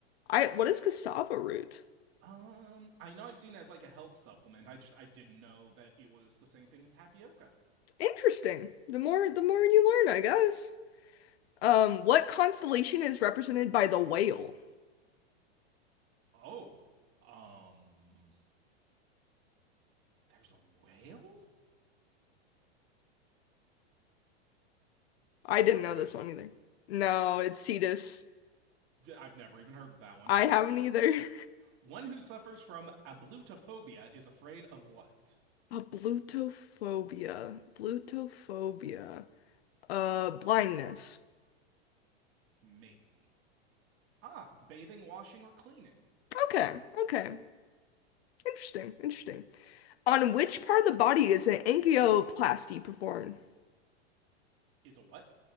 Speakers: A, on the left (about 70°); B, on the right (about 40°).
A: I what is cassava root?
B: Um, I know I've seen it as like a health supplement. I just I didn't know that it was the same thing as tapioca.
A: Interesting. The more the more you learn, I guess. Um, what constellation is represented by the whale?
B: Oh, um, there's a whale.
A: I didn't
B: Artemis.
A: know this one either. No, it's Cetus.
B: i I've never even heard of that one.
A: I haven't either.
B: One who suffers from ablutophobia is afraid of what?
A: <laughs> A blutophobia. Blutophobia. Uh, blindness.
B: Maybe. Ah, bathing, washing, or cleaning
A: Okay, okay. Interesting, interesting. On which part of the body is an angioplasty performed?
B: is a what?